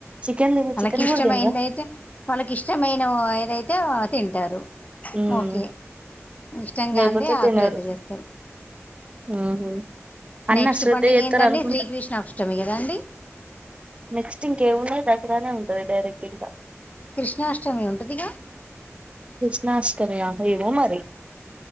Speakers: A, on the right; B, on the left.
A: చికెన్ తిన్
B: వాళ్ళకి
A: చికెన్
B: ఇష్టమైంది
A: కూడా తినరా
B: అయితే వాళ్ళకి ఇష్టమైన ఏదైతే అయితే తింటారు
A: ఉమ్
B: ఓకే ఇష్టంగా
A: లేకపోతే
B: అండి
A: తినరు
B: ఆశ్రధ చేస్తారా?
A: ఉహు అన్న
B: నెక్స్ట్
A: శ్రద్ధ
B: పండుగ
A: చేస్తారు
B: ఏందండి
A: అనుకుంటా
B: శ్రీకృష్ణాష్టమి కదండి
A: నెక్స్ట్ ఇంకేమున్నాయి దసరానే ఉంటంది అదే డైరెక్ట్ ఇగ
B: కృష్ణాష్టమి ఉంటుదిగా
A: కృష్ణాష్టమియా ఏమో మరి